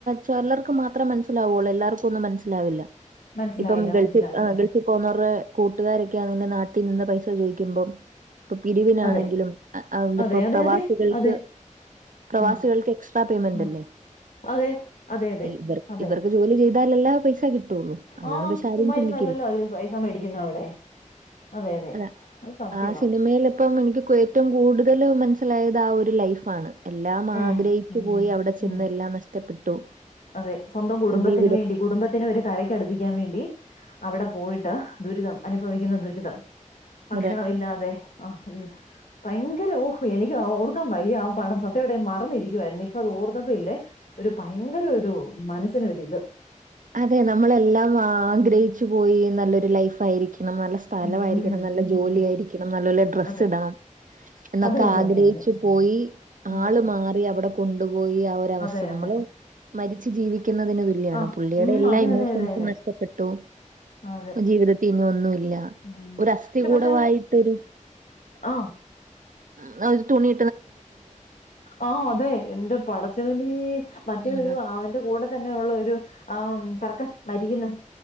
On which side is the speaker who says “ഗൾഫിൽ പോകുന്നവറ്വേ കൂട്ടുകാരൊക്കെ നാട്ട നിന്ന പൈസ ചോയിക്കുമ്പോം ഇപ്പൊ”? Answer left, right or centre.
Right